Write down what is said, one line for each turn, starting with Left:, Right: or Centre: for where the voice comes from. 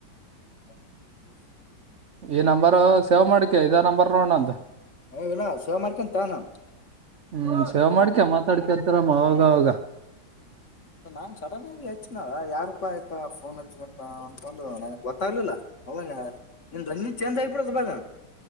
Left: <inaudible>
Right: ಈ ನಂಬರ್ ಸೇವ್ ಮಾಡ್ಕ ಇದೇ ನಂಬರ್ ನೋಡ ನಂದ.
Left: ಏ ಇಲ್ಲಾ ಸೇವೆ ಮಾಡ್ಕೊಂತನ ತುಗೋ ನಾನ್.
Right: ಹ್ಮ್ ಸೇವ ಮಾಡ್ಕ ಮಾತಾಡ್ಕತರಮ್ಮ ಅವಾಗ ಅವಾಗ.
Left: ನಾನ ಸಡನ್ ಆಗಿ ಹೆಚ್ಚನಾವ ಯಾರಪ್ಪ ಆಯ್ತಾ ಫೋನ್ ಹಚ್ಚ ಅಂತಂದು ನಮಗ್ ಗೊತ್ತಾಗ್ಲಿಲ್ಲ. ಅವಾಗ ನಿನ್ನ ದನಿ ಚಂದ ಆಗಬಿತ್ತದ ಇವಾಗ.